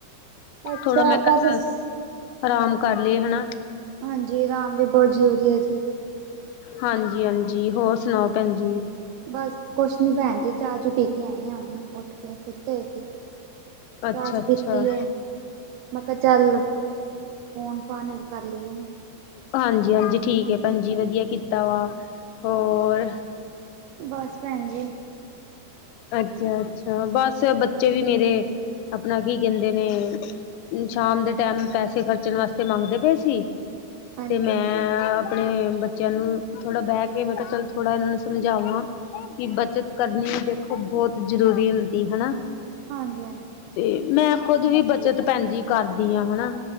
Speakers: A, on the right; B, on the left.
A: ਅੱਛਾ
B: ਥੋੜਾ ਮੈਂ ਕਿਹਾ
A: ਬਸ
B: ਚਲ ਆਰਾਮ ਕਰ ਲਈਏ ਹਨਾ
A: ਹਾਂਜੀ, ਆਰਾਮ ਵੀ ਬਹੁਤ ਜ਼ਰੂਰੀ ਹੈ ਜੀ।
B: ਹਾਂਜੀ, ਹਾਂਜੀ ਹੋਰ ਸੁਣਾਓ ਭੈਣ ਜੀ।
A: ਬਸ ਕੁਛ ਨੀ ਭੈਣ ਜੀ ਚਾਹ ਚੂ ਪੀ ਕੇ ਆਏ ਆ ਹੁਣ ਉੱਠ ਕੇ ਸੁੱਤੇ ਹੋਏ ਸੀ।
B: ਅੱਛਾ-ਅੱਛਾ
A: ਚਾਹ ਚੂ ਪੀਤੀ ਏ। ਮੈਂ ਕਿਹਾ ਚੱਲ ਫੋਨ ਫਾਨ ਇੱਕ ਕਰ ਲਈਏ।
B: ਹਾਂਜੀ, ਹਾਂਜੀ ਠੀਕ ਏ ਭੈਣਜੀ ਵਧੀਆ ਕੀਤਾ ਵਾ ਹੋਰ
A: ਬਸ ਭੈਣ ਜੀ
B: ਅੱਛਾ, ਅੱਛਾ ਬਸ ਬੱਚੇ ਵੀ ਮੇਰੇ ਆਪਣਾ ਕੀ ਕਹਿੰਦੇ ਨੇ ਸ਼ਾਮ ਦੇ ਟੈਮ ਪੈਸੇ ਖਰਚਣ ਵਾਸਤੇ ਮੰਗਦੇ ਪਏ ਸੀ,
A: ਹਾਂਜੀ
B: ਤੇ ਮੈਂ ਮੈਂ ਆਪਣੇ ਬੱਚਿਆਂ ਨੂੰ ਥੋੜਾ ਬਹਿ ਕੇ ਮੈਂ ਕਿਹਾ ਚੱਲ ਥੋੜਾ ਇਹਨਾਂ ਨੂੰ ਸਮਝਾਵਾਂ। ਕਿ ਬੱਚਤ ਕਰਨੀ ਦੇਖੋ ਬਹੁਤ ਜ਼ਰੂਰੀ ਹੁੰਦੀ ਹਨਾ
A: ਹਾਂਜੀ, ਹਾਂਜੀ।
B: ਤੇ ਮੈਂ ਖੁਦ ਵੀ ਬੱਚਤ ਭੈਣ ਜੀ ਕਰਦੀ ਆ ਹਨਾ